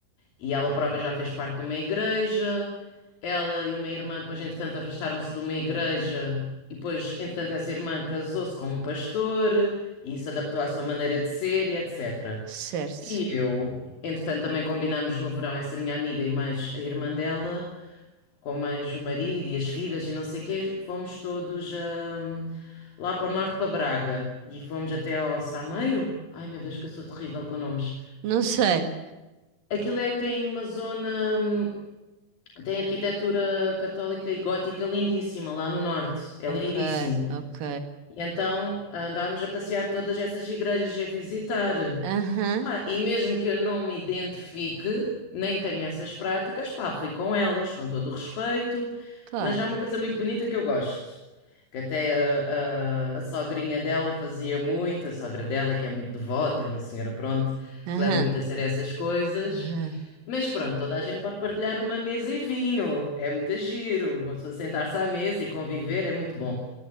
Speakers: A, on the left; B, on the right.
A: E ela própria já fez parte de uma igreja. Ela e uma irmã, depois, entretanto, afastaram-se de uma igreja. E depois, entretanto, essa irmã casou-se com um pastor e se adaptou à sua maneira de ser e etc.
B: certo.
A: E eu, entretanto, também combinámos no verão, essa minha amiga e mais a irmã dela, com mais o marido e as filhas e não sei o quê, fomos todos hum, lá para o norte, para Braga. E fomos até ao Sameiro. Ai meu Deus, que eu sou terrível com nomes.
B: Não sei.
A: Aquilo é, tem uma zona. hum, tem arquitetura católica e gótica lindíssima lá no norte. É
B: Ok,
A: lindíssimo.
B: ok.
A: E então andámos a passear todas essas igrejas e a visitar.
B: Aham,
A: Ah, e mesmo que eu não me identifique, nem tenha essas práticas, pá, fui com elas, com todo o respeito,
B: claro.
A: mas há uma coisa muito bonita que eu gosto, que até ah, ah, a, sogrinha dela fazia muito, a sogra dela, que é muito devota, é uma senhora, pronto,
B: Aham,
A: que leva muito a sério essas coisas.
B: aham.
A: Mas pronto, toda a gente pode partilhar uma mesa e vinho, é muito giro, uma pessoa sentar-se à mesa e conviver é muito bom.